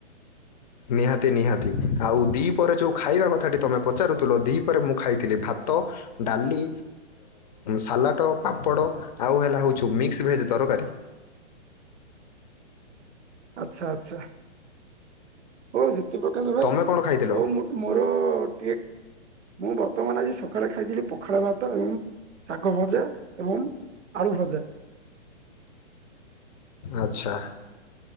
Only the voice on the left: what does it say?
ନିହାତି ନିହାତି ଆଉ ଦି ପହରେ ଯୋଉଁ ଖାଇବା କଥାଟି ତୁମେ ପଚାରୁଥିଲ ଦି ପହରେ ପରେ ମୁଁ ଖାଇଥିଲି ଭାତ ଡାଲି ସାଲାଟ ପାମ୍ପଡ଼ ଆଉ ହେଲା ହେଉଛି ମିକ୍ସ ଭେଜ୍ ତରକାରୀ।
ତମେ କ'ଣ ଖାଇଥିଲ
ଆଚ୍ଛା।